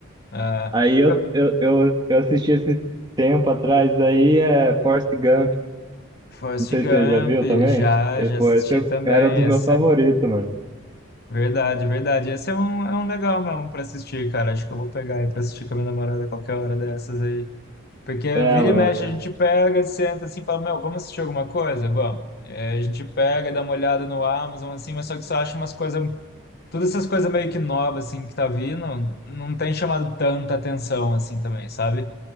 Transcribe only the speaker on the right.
Aí eu,
eu, eu, eu assisti esse tempo atrás, aí é Forrest Gump,
não sei
se você já viu também.
E,
pô,
esse eu,
era um dos meus
favoritos, mano.
É,
mano,
é,
é,